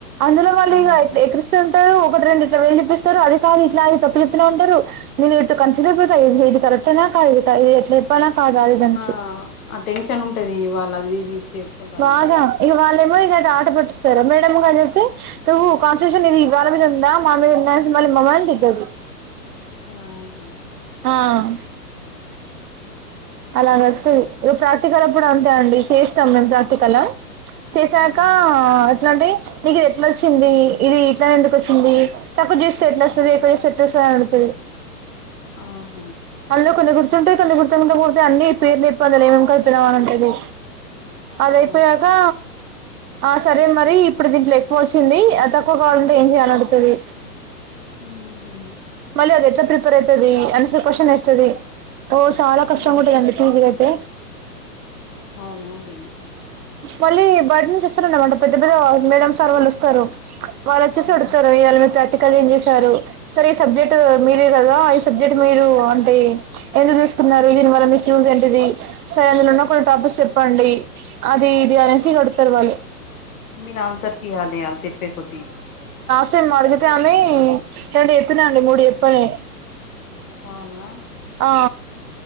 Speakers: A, on the right; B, on the left.
A: అందులో వాళ్ళు
B: ఆహా
A: ఇ ఎక్క్రిస్తు ఉంటారు ఇటి రెండు చవలు చెప్పిస్తారు అది కానీ ఇట్లా అ తప్పు చెప్పినా ఉంటారు నేను ఎతే కన్సి అపోతాదిరెక్టనా కాదు కాట్ ఎప్పలా కాద అదనించి
B: ఆ ఆ టెన్షన్ ఉంటది ఇవాళ అది ఇది చేసుకుంటా
A: వాగ
B: ఉంటే
A: ఇక వాళ్ళేమో ఆట పట్టిస్తారు మేడమ్ కాని చెతే ను్ కాన్స్టిట్యూషన్ ఇది వాళ్ళ మీద ఉందా మా మీద ఉ మళ్ళీ మమ్మ తీడ్తది
B: ఆహా
A: ఆహ్ అలా నడుస్తది ఇగ ప్రాక్టికల్ అప్పుడు అంతా అండి చేస్తాం మేము ప్రాక్టికల చేశాకా
B: ఉమ్
A: ఎట్లా అంటే నీకు ఇది ఎట్లా వచ్చింది ఇది ఇట్లనె ఎందుకు వచ్చింది తక్కువ చేస్తే ఎట్ల వస్తది ఎక్కువ చేస్తే ఎట్ల వస్త అని అడుగుతది
B: ఆహ
A: అందులో కొన్ని గుర్తుంటాయి కొన్ని గుర్తు ఉండక పోతాయి అన్ని పేర్లు చెప్పు అంటది అన్ని ఏం ఏం కలిపినవ అంటది అదైపోయకా
B: ఆ
A: ఆహ్ సరే మరి ఇప్పుడు దీంట్లో ఎక్కువ వచ్చింది తక్కువ కావాలంటే ఏం చెయాల అని అడుగుతది
B: ఉహు
A: మళ్ళీ అది ఎట్లా ప్రిపేర్ అయితది అనేసి క్వశ్చన్ వేస్తది ఓ చాలా కష్టంగా
B: అవును
A: ఉంటదండి పీజీ లో ఐతే
B: అవునా అండి
A: మళ్ళీ బయట నుంచి అస్సలు ఉండ దండి బయట నుండి వస్తరండి పెద్ద పెద మేడం సార్ వాళ్ళు వస్తారు వాళ్ళు వచ్చేసి
B: ఆ
A: అడుతారు ఇవాళ మీద ప్రాక్టికల్ ఏం చేశారు సర్ ఈ సబ్జెక్ట్ మీరే కదా సబ్జెక్ట్ మీరు అంటే ఎందుకు తీసుకున్నారు దీని వల్ల మీకు యూస్ ఏంటిది సో అందులో ఉన్న కొన్ని టాపిక్ చెప్పండి అది ఇది అనేసి అడుగుతారు వాళ్ళు
B: మీరు ఆన్సర్ ఈయాలి వాలు చెప్పే కొద్దీ
A: కొంచంమడిగితే అని రెండు ఎప్పిన అండి మూడు ఎప్పల్లె
B: అవునా
A: ఆ